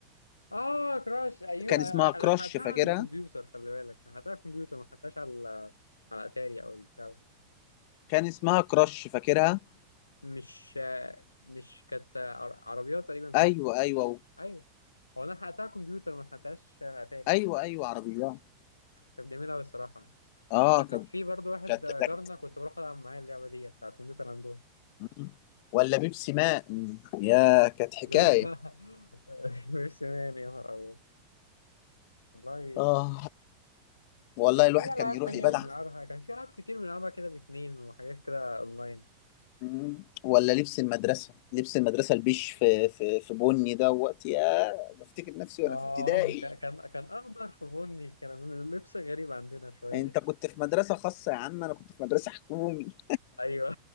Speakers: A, on the left; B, on the left.
A: آه كراش أيوه
B: كان
A: أنا
B: اسمها كراش
A: أنا حقتها
B: فاكرها
A: على الكمبيوتر خلي بالك أنا حقتها على الكمبيوتر ما حقتهاش على على أتاري أو البتاع ده
B: كان اسمها كراش فاكرها
A: مش مش كانت عر- عربيات تقريبا صح؟
B: ايوه ايوه
A: ايوه هو انا حققتها كمبيوتر ما حققتهاش اتاري
B: ايوه ايوه عربيات
A: كانت جميله أوي الصراحه يعني.
B: اه
A: آه، كان
B: كانت
A: في برضو واحد جارنا
B: كانت
A: كنت بروح العب معاه اللعبه دي بتاع الكمبيوتر عندهم
B: مم. ولا بيبسي ماء مم. يا كانت حكاية
A: <laughs> ميرسي مان يا نهار ابيض والله
B: اه والله
A: كان
B: الواحد
A: في العاب
B: كان يروح
A: تانية
B: يبدع
A: بنلعبها كان في العاب كتير بنلعبها كده باتنين وحاجات كده اونلاين
B: مم. ولا لبس المدرسة لبس المدرسة البيش في في في بني ده وقت يا بفتكر نفسي وانا
A: اه
B: في ابتدائي
A: ك- كان كان اخضر في بني كان اللبس غريب عندنا شويه
B: انت كنت في مدرسة خاصة يا عم انا كنت في مدرسة حكومي
A: ايوه